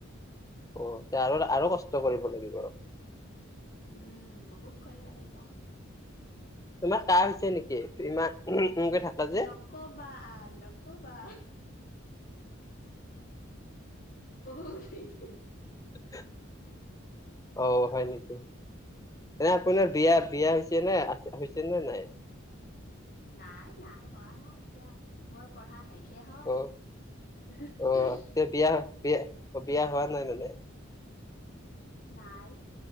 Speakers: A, on the left; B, on the left.
A: অ এয়া আৰু আৰু কষ্ট কৰিব লাগিব।
B: উম বহুত কৰিব লাগিব।
A: তোমাৰ কাহ হৈছে নেকি? ইমান উমকে থাকা যে
B: নকবা নকবা। বহুত হৈছে।
A: <unintelligible> অহ হয় নেকি? এনে আপোনাৰ বিয়া বিয়া হৈছে নাই আছে হৈছে নে নাই?
B: নাই নাই হোৱা নাই এতিয়া মোৰ পঢ়া শেষহে হল।
A: অ অ এতিয়া বিয়া বিয়া অ বিয়া হোৱা নাই মানে?
B: নাই